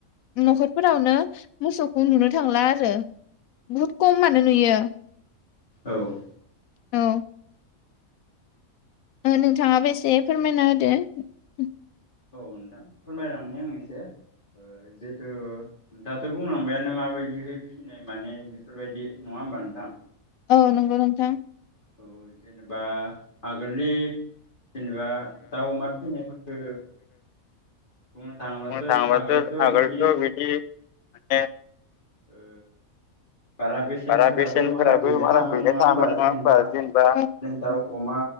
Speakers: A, on the left; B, on the left.
A: न'खरफोरावनो मोसौखौ नुनो थांला आरो बुहुद खमानो नुयो ।
B: औ ।
A: औ । नोंथाङाबो एसे फोरमायना होदो ।
B: औ नोंथां फोरमायलांनि आं एसे । जिहेथु नोंथांङाथ' बुंलांबायानो माबायदिहै फिसिनाय माने बेफोरबायदि नङा नङा होनबा नोंथां?
A: औ नंगौ नोंथां ।
B: औ जेनेबा आगोलनि जेनेबा दाउ अमा फिनायफोरखो बुंनो थाङोबाथ'
A: <unintelligible> आगोलथ
B: बिदि
A: बिदि माने
B: ओ बारा बेसेनफोराबो
A: बारा बेसेनफोराबो
B: बारा गैनो
A: बारा
B: थाङामोन
A: गैलाय
B: नङा होनबा
A: थाङामोन नङा
B: जेनेबा
A: होमबा जेनेबा
B: बिदिनो दाउ अमा